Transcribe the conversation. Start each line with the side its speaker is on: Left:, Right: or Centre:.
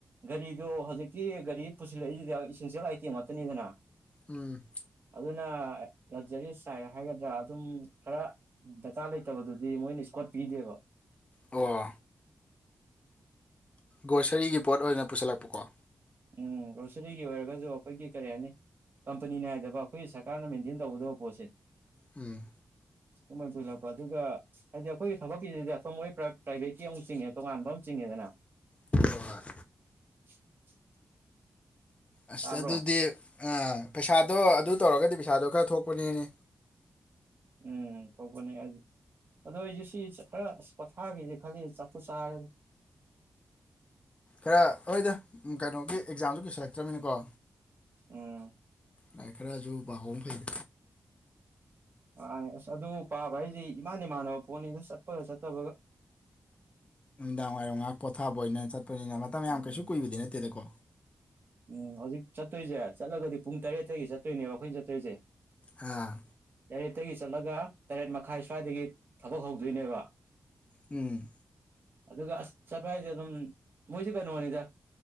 Right: ꯒꯥꯔꯤꯗꯨꯣ ꯍꯧꯖꯤꯛꯀꯤ ꯒꯥꯔꯤ ꯄꯨꯁꯤꯜꯂꯛꯏꯁꯤꯗ ꯏꯁꯦꯟꯁꯤꯌꯦꯜ ꯑꯥꯏꯇꯦꯝ ꯉꯥꯛꯇꯅꯤꯗꯅ
Left: ꯎꯝ
Right: ꯑꯗꯨꯅ ꯂꯛꯖꯔꯤ ꯁꯥꯏ ꯍꯥꯏꯒꯗ꯭ꯔꯥ ꯑꯗꯨꯝ ꯈꯔ ꯆꯥꯛꯆꯥ ꯂꯩꯇꯕꯗꯨꯗꯤ ꯃꯣꯏꯅ ꯏꯁꯀꯣꯠ ꯄꯤꯗꯦꯕ
Left: ꯑꯣ ꯒ꯭ꯔꯣꯁꯔꯤꯒꯤ ꯄꯣꯠ ꯑꯣꯏꯅ ꯄꯨꯁꯤꯜꯂꯛꯄꯀꯣ
Right: ꯎꯝ ꯒ꯭ꯔꯣꯁꯔꯤꯒꯤ ꯑꯣꯏꯔꯒꯁꯨ ꯑꯩꯈꯣꯏꯒꯤ ꯀꯔꯤ ꯍꯥꯏꯅꯤ ꯀꯝꯄꯅꯤ ꯅꯥꯏꯗꯕ ꯑꯩꯈꯣꯏꯒꯤ ꯁꯔꯀꯥꯔꯅ ꯃꯦꯟꯇꯦꯟ ꯇꯧꯒꯗꯕ ꯄꯣꯠꯁꯦ
Left: ꯎꯝ
Right: ꯑꯗꯨꯃꯥꯏꯅ ꯄꯨꯜꯂꯛꯄ ꯑꯗꯨꯒ ꯍꯥꯏꯗꯤ ꯑꯩꯈꯣꯏꯒꯤ ꯊꯕꯛꯀꯤꯁꯤꯗꯤ ꯑꯁꯝꯕꯣꯏ ꯄ꯭ꯔꯥꯏꯚꯦꯠꯀꯤ ꯑꯃꯨꯛ ꯆꯤꯡꯉꯦ ꯇꯣꯉꯥꯟꯕ ꯑꯃ ꯆꯤꯡꯉꯦꯗꯅ
Left: ꯍꯔ
Right: <inaudible>
Left: ꯑꯁ
Right: ꯇꯥꯕ꯭ꯔꯣ
Left: ꯑꯗꯨꯗꯤ ꯄꯩꯁꯥꯗꯣ ꯑꯗꯨ ꯇꯧꯔꯒꯗꯤ ꯄꯩꯁꯥꯗꯣ ꯈꯔ ꯊꯣꯛꯄꯅꯦꯅꯦ
Right: ꯎꯝ ꯊꯣꯛꯄꯅꯦ ꯑꯗꯨꯗꯣ ꯑꯩꯁꯨ ꯁꯤ ꯈꯔ ꯑꯁ ꯄꯣꯊꯥꯈꯤꯁꯦ ꯈꯜꯂꯤ ꯆꯐꯨ ꯆꯥꯔꯦꯗ
Left: ꯈꯔ ꯑꯩꯣꯏꯗ ꯀꯩꯅꯣꯒꯤ ꯑꯦꯛꯖꯥꯝꯗꯨ ꯀꯩꯁꯤꯜꯂꯛꯇ꯭ꯔꯃꯤꯅꯀꯣ
Right: ꯎꯝ
Left: ꯂꯥꯏꯔꯤꯛ ꯈꯔꯁꯨ ꯄꯥꯍꯣꯡ ꯑꯃ ꯐꯩ
Right: ꯑ ꯑꯁ ꯑꯗꯨ ꯄꯥꯕ ꯍꯥꯏꯁꯤ ꯏꯃꯥꯟ ꯏꯃꯥꯟꯅꯕ ꯄꯣꯠꯅꯤꯅ ꯆꯠꯄꯒ ꯆꯠꯇꯕꯒ
Left: ꯗꯥꯡꯉꯥꯏꯔꯉꯒ ꯄꯣꯊꯥꯕ ꯑꯣꯏꯅꯅ ꯆ ꯄꯅꯤꯅ ꯃꯇꯝ
Right: ꯎꯝ
Left: ꯌꯥꯝ ꯀꯩꯁꯨ ꯀꯨꯏꯕꯗꯤ ꯅꯠꯇꯦꯗꯀꯣ
Right: ꯎꯝ ꯍꯧꯖꯤꯛ ꯆꯠꯇꯣꯏꯁꯦ ꯆꯠꯂꯒꯗꯤ ꯄꯨꯡ ꯇꯔꯦꯠꯇꯒꯤ ꯆꯠꯇꯣꯏꯅꯦꯕ ꯑꯩꯈꯣꯏꯅ ꯆꯠꯇꯣꯏꯁꯦ
Left: ꯑ
Right: ꯌꯥꯔꯦꯠꯇꯒꯤ ꯆꯠꯂꯒ ꯇꯔꯦꯠ ꯃꯈꯥꯏ ꯁ꯭ꯋꯥꯏꯗꯒꯤ ꯊꯕꯛ ꯍꯧꯗꯣꯏꯅꯦꯕ
Left: ꯎꯝ
Right: ꯑꯗꯨꯒ ꯑꯁ ꯆꯠꯄ ꯍꯥꯏꯁꯦ ꯑꯗꯨꯝ ꯃꯣꯏꯁꯨ ꯀꯩꯅꯣꯅꯤꯗ